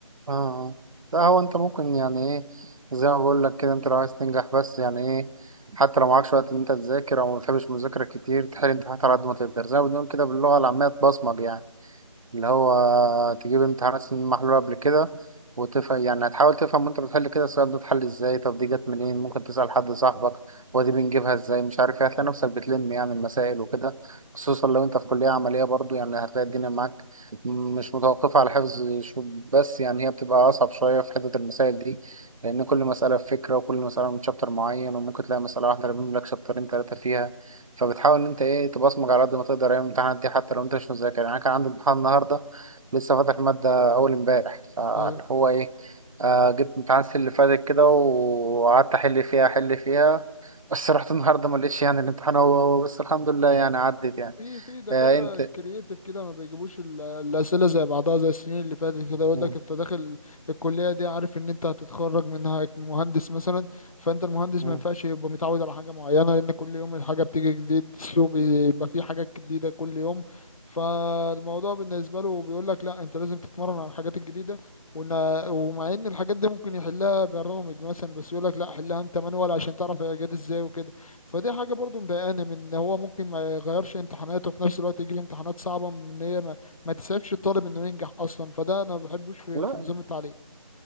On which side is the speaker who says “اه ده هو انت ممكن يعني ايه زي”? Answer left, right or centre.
Right